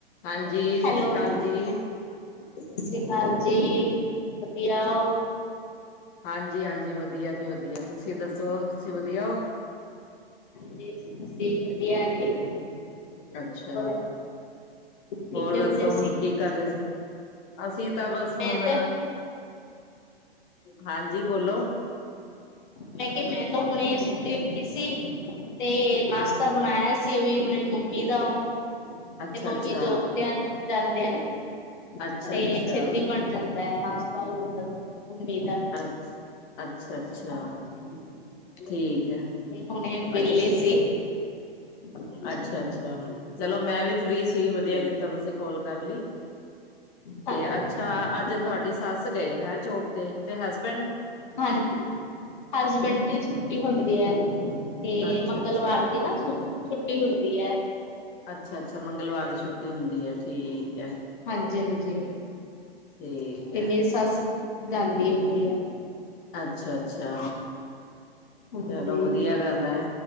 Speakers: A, on the left (about 30°); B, on the left (about 55°).
A: ਹਾਂਜੀ ਸਤਿ
B: ਹੈਲੋ,
A: ਸ੍ਰੀ ਅਕਾਲ ਜੀ।
B: ਸਤਿ ਸ਼੍ਰੀ ਅਕਾਲ ਜੀ ਵਧੀਆ ਹੋ।
A: ਹਾਂਜੀ ਹਾਂਜੀ ਵਧੀਆ ਜੀ ਵਧੀਆ ਤੁਸੀਂ ਦੱਸੋ ਤੁਸੀਂ ਵਧੀਆ ਹੋ।
B: ਸੀ ਸੀ ਵਧੀਆ ਜੀ। ਹੋਰ
A: ਅੱਛਾ
B: ਕੀ
A: ਹੋਰ
B: ਕਰਦੇ
A: ਦੱਸੋ ਹੁਣ
B: ਸੀ?
A: ਕੀ ਕਰ ਰਹੇ ਸੀ। ਅਸੀਂ ਤਾਂ ਬਸ ਹੁਣ
B: ਮੈਂ ਤਾਂ
A: ਹਾਂਜੀ ਬੋਲੋ।
B: ਮੈਂ ਕਿਹਾ ਮੈਂ ਤਾਂ ਹੁਣੇ ਸੁੱਤੀ ਉੱਠੀ ਸੀ ਤੇ ਨਾਸ਼ਤਾ
A: ਅੱਛਾ
B: ਬਣਾਇਆ‌ ਸੀ। ਅਸੀ ਵੀ ਉਹ ਦੀ ਮੰਮੀ ਦਾ ਤੇ
A: ਅੱਛਾ
B: ਮੰਮੀ
A: ਅੱਛਾ
B: ਜੋਬ ਤੇ ਜਾਂਦੇ ਨਾ।
A: ਅੱਛਾ।
B: ਤੇ
A: ਅੱਛਾ
B: ਛੇਤੀ ਬਣ ਜਾਂਦਾ ਹੈ ਨਾਸਤਾ ਗੁਰ। <unintelligible>
A: ਅੱਛ ਅੱਛਾ ਅੱਛਾ।
B: ਹਾਂਜੀ
A: ਠੀਕ ਹੈ,
B: ਹੁਣੇ ਵਿਹਲੇ
A: ਅੱਛ
B: ਸੀ ਹਾਂਜੀ
A: ਅੱਛਾ ਅੱਛਾ। ਅ ਚਲੋ ਮੈਂ ਵੀ ਫ੍ਰਰੀ ਸੀ ਵਧੀਆ ਕੀਤਾ ਤੁਸੀਂ ਕਾਲ ਕਰ ਲਈ।
B: ਹਾਂਜੀ
A: ਤੇ ਅੱਛਾ ਅੱਜ ਤੁਹਾਡੀ ਸੱਸ ਗਏ ਹੈਂ ਜੋਬ ਤੇ ਤੇ ਹਸਬੈਂਡ।
B: ਹਾਂ ਹਸਬੈਂਡ ਦੀ ਛੁੱਟੀ ਹੁੰਦੀ ਹੈ। ਤੇ
A: ਅੱਛਾ
B: ਮੰਗਲਵਾਰ
A: ਅੱਛਾ
B: ਦੀ ਨਾ ਛੁ ਛੁੱਟੀ ਹੁੰਦੀ ਹੈ।
A: ਅੱਛਾ ਅੱਛਾ ਮੰਗਲਵਾਰ ਦੀ ਛੁੱਟੀ। ਛੁੱਟੀ ਹੁੰਦੀ ਹੈ ਠੀਕ ਹੈ
B: ਹਾਂਜੀ ਹਾਂਜੀ
A: ਠੀਕ
B: ਤੇ
A: ਹੈ।
B: ਮੇਰੀ ਸੱਸ। ਜਾਂਦੀ ਹੁੰਦੀ ਐ।
A: ਅੱਛਾ ਅੱਛਾ
B: ਹਾਂਜੀ
A: ਚਲੋ ਵਧੀਆ ਗੱਲ ਹੈ